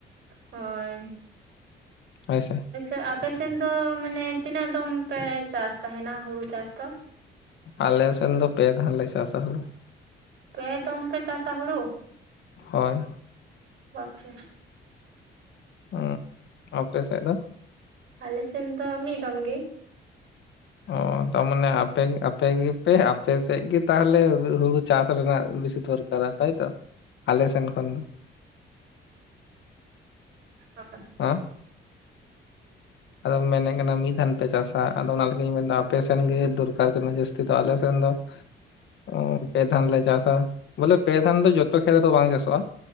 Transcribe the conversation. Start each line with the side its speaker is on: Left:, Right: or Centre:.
Right: ᱦᱳᱭ
Left: ᱦᱳᱭ ᱥᱮ
Right: ᱮ ᱟᱯᱮᱥᱮᱱ ᱫᱚ, ᱢᱟᱱᱮ ᱛᱤᱱᱟᱹᱜ ᱫᱚᱢ ᱯᱮ, ᱪᱟᱥ ᱛᱟᱦᱮᱸᱱᱟ ᱦᱩᱲᱩ ᱪᱟᱥ ᱫᱚ?
Left: ᱟᱞᱮ ᱥᱮᱱ ᱫᱚ ᱯᱮ ᱫᱷᱟᱱ ᱞᱮ ᱪᱟᱥᱟ ᱦᱩᱲᱩ।
Right: ᱯᱮ ᱫᱚᱢ ᱯᱮ ᱪᱟᱥᱟ ᱦᱩᱲᱩ?
Left: ᱦᱚᱭ᱾
Right: ᱵᱟᱯ ᱨᱮ᱾
Left: ᱚᱸᱜ ᱟᱯᱮ ᱥᱮᱜ ᱫᱚ?
Right: ᱟᱞᱮ ᱥᱮᱱ ᱫᱚ ᱢᱤᱫ ᱫᱚᱢ ᱜᱤ᱾
Left: ᱚᱻ ᱛᱟᱨᱢᱟᱱᱮ ᱟᱯᱮ ᱜᱤ, ᱟᱯᱮ ᱜᱤ ᱯᱮ ᱟᱯᱮ ᱥᱮᱡ ᱜᱮ ᱛᱟᱦᱚᱞᱮ ᱦᱩᱜ ᱦᱩᱲᱩ ᱪᱟᱥ ᱨᱮᱱᱟᱜ ᱵᱮᱥᱤ ᱫᱚᱨᱠ ᱠᱟᱨᱟ ᱛᱟᱭ ᱛᱚ, ᱟᱞᱮ ᱥᱮᱱ ᱠᱷᱚᱱ ᱫᱚ᱾
Right: ᱮᱸᱜ ᱦᱚᱭ᱾
Left: ᱟᱸ ᱾ ᱟᱫᱚ ᱢᱮᱱᱮᱜ ᱠᱟᱱᱟᱢ, ᱢᱤᱫ ᱫᱷᱟᱱ ᱯᱮ ᱪᱟᱥᱟ᱾ ᱟᱫᱚ ᱚᱱᱟ ᱞᱟᱹᱜᱤᱜ ᱤᱧ ᱢᱮᱱ ᱫᱟ ᱼᱼ ᱟᱯᱮ ᱥᱮᱱ ᱜᱮ ᱫᱚᱨᱠᱟᱨ ᱠᱟᱱᱟ? ᱡᱟᱹᱥᱛᱤ ᱫᱚ ᱟᱞᱮ ᱥᱮᱱ ᱫᱚᱼᱼ ᱚᱸᱻ ᱯᱮ ᱫᱷᱟᱱ ᱞᱮ ᱪᱟᱥᱟ ᱾ ᱵᱚᱞᱮ ᱯᱮ ᱫᱷᱟᱱ ᱫᱚ ᱡᱚᱛᱚ ᱠᱷᱮᱛ ᱨᱮᱫᱚ ᱵᱟᱝ ᱪᱟᱥᱚᱜ-ᱟ᱾